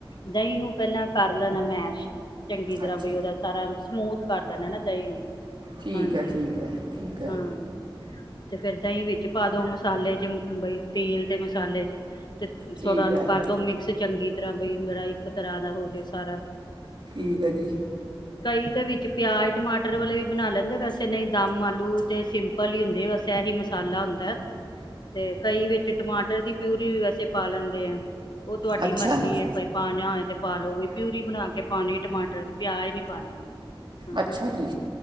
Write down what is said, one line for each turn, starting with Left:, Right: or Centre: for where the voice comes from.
Left: ਦਹੀਂ ਨੂੰ ਪਹਿਲਾਂ ਕਰ ਲੈਣਾ ਮੈਸ਼। ਚੰਗੀ ਤਰ੍ਹਾਂ
Right: ਅੱਛਾ
Left: ਬਈ ਉਹਦਾ ਸਾਰਾ ਸਮੂਥ ਕਰ ਲੈਣਾ ਨਾ ਦਹੀਂ ਨੂੰ।
Right: ਠੀਕ
Left: ਹਾਂਜੀ
Right: ਹੈ-ਠੀਕ ਹੈ, ਠੀਕ ਹੈ।
Left: ਹਾਂ ਤੇ ਫਿਰ ਦਹੀਂ ਵਿੱਚ ਪਾ ਦੋ ਮਸਾਲੇ ਚ ਬ ਤੇਲ ਤੇ ਮਸਾਲੇ ਚ। ਤੇ
Right: ਠੀਕ
Left: ਥੋੜਾ ਉਹਨੂੰ
Right: ਹੈ
Left: ਕਰਦੋ ਮਿਕਸ ਚੰਗੀ ਤਰ੍ਹਾਂ ਬਈ ਜਿਹੜਾ ਇੱਕ ਤਰ੍ਹਾਂ ਦਾ ਹੋਜੇ ਸਾਰਾ
Right: ਠੀਕ
Left: ਹਾਂ
Right: ਹੈ ਜੀ।
Left: ਕਈ ਦੇ ਵਿੱਚ ਪਿਆਜ਼ ਟਮਾਟਰ ਵਾਲੇ ਵੀ ਬਣਾ ਲੈਂਦੇ ਵੈਸੇ ਨਹੀਂ ਦਮ ਆਲੂ ਤੇ ਸਿੰਪਲ ਹੀ ਹੁੰਦੇ ਵੈਸੇ ਇਹੀ ਮਸਾਲਾ ਹੁੰਦਾ ਤੇ ਕਈ ਵਿੱਚ ਟਮਾਟਰ ਦੀ ਪਿਊਰੀ ਵੈਸੇ ਪਾ ਲੈਂਦੇ ਆ ਤੁਹਾਡੀ
Right: ਅੱਛਾ
Left: ਮਰਜ਼ੀ ਏ ਪਾ ਨਿਆਏ ਤੇ ਪਾਾਲੋ ਵੀ ਪਿਊਰੀ ਬਣਾ ਕੇ ਪਾਉਣੀ ਟਮਾਟਰ ਦੀ ਪਿਆਜ ਨੀ ਪਾਣਾ ਹਾਂ
Right: ਅੱਛਾ ਜੀ